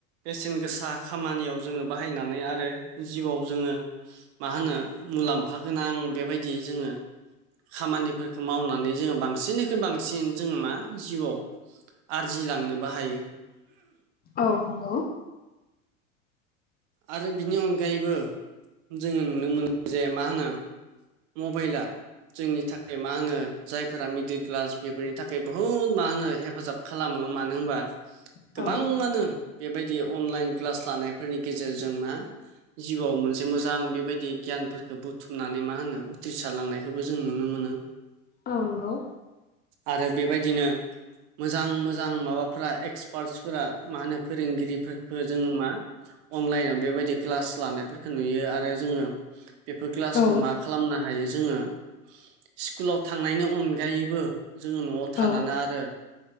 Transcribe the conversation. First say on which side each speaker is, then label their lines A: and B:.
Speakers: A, on the right (about 55°); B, on the left (about 25°).
A: बेसेन गोसा खामानियाव जोङो बाहायनानै आरो जिउआव जोङो मा होनो मुलाम्फा गोनां बेबायदि जोङो खामानिफोरखौ मावनानै जोङो बांसिन बांसिननिख्रुइ बांसिन जों मा जिउआव आरजिलांनोबो हायो।
B: औ नंगौ
A: आरो बिनि अनगायैबो जोङो नुनो मोनो जे मा होनो मबाइला जोंनि थाखाय मा होनो जायफोरा मिडिल क्लास बेफोरनि थाखाय बहुद मा होनो हेफाजाब खालामो मानो होनबा
B: औ
A: गोबाङानो बेबायदि अनलाइन क्लास लानायफोरनि गेजेरजोंना जिउआव मोनसे मोजां बेबायदि गियानफोरखौ बुथुमनानै मा होनो उथ्रिसारलांनाय बेखौबो जों नुनो मोनो।
B: आ नगौ
A: आरो बेबायदिनो मोजां मोजां माबाफोरा एक्सपार्टसफोरा मा होनो फोरोंगिरिफोरखौ जोङो मा अनलाइनाव बेबायदि क्लास लानायफोरखौ नुयो आरो जोङो बेफोर क्लासखौ
B: औ
A: मा खालामनो हायो जोङो स्कुलाव थांनायनि अनगायैबो जोङो न'आव
B: औ
A: थानानै आरो